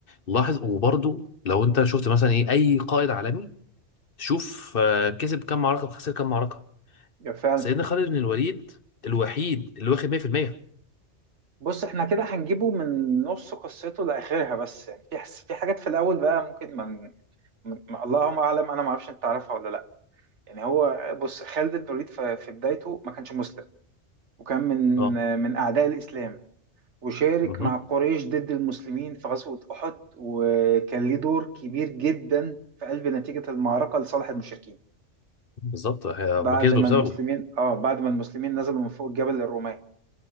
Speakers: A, on the left; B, on the right.
A: لاحظ وبرضه لو أنت شفت مثلا إيه أي قائد عالمي شوف آه، كسب كام معركة وخسر كام معركة
B: يعني فعلا
A: سيدنا خالد بن الوليد الوحيد اللي واخد 100%
B: بص احنا كده هنجيبه من نص قصته لاخرها بس يعني في حس في حاجات في الاول بقى ممكن ما ما- اللهم اعلم انا ما اعرفش انت تعرفها ولا لا يعني هو بص خالد بن الوليد في في بدايته ما كانش مسلم وكان من
A: اه
B: من اعداء الاسلام وشارك
A: مهم.
B: مع قريش ضد المسلمين في غزوة احد وكان ليه دور كبير جدا في قلب نتيجة المعركة لصالح المشركين
A: بالظبط هم
B: بعد
A: كسبوا
B: ما
A: بسببه
B: المسلمين اه بعد ما المسلمين نزلوا من فوق الجبل للرومان